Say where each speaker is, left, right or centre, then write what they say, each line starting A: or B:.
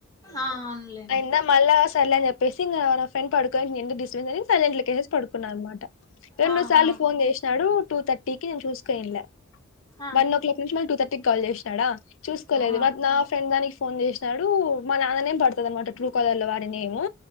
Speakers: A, on the left; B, on the left.
A: అవున్లే
B: అఇందా మళ్ళా సర్లే అని చెప్పేసి ఇంగ నా ఫ్రిండ్ పడుకో ఎందుకు డిస్టాబెన్స్ అని నిను సైలెంట్ లోకేసేసి పడుకున్నా అనమాట రెండు
A: ఆ
B: సార్లు
A: ఆ
B: ఫోన్ చేసినాడు టూ థర్టీ కి నేను చూసుకోనిలే
A: ఆ ఆ
B: వన్ ఓ క్లాక్ నుంచి మళీ టూ థర్టీ కి కాల్ చేసినాడా చూసుకోలేదు
A: ఆ
B: మట్ నా ఫ్రెండ్ దానికి ఫోన్ చేసినాడు మా నాన్ననేం పడుతది అనమాట ట్రూ కలర్లో వాడి నెము